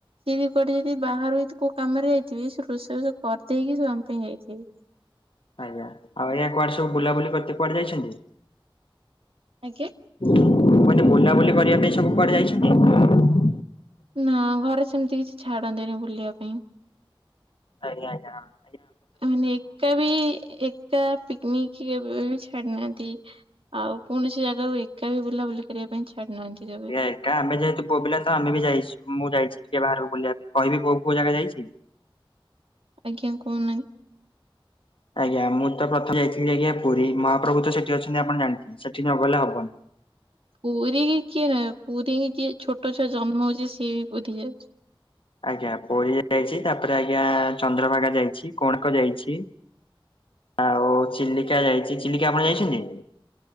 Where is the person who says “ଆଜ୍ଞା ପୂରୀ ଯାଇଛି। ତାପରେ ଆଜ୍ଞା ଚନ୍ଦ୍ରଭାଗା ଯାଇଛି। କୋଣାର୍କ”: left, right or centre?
Left